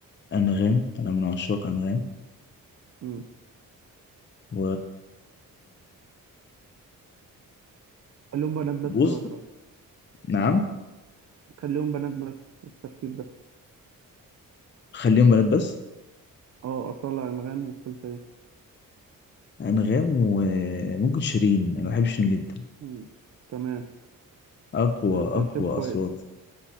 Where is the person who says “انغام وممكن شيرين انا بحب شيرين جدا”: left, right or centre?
Left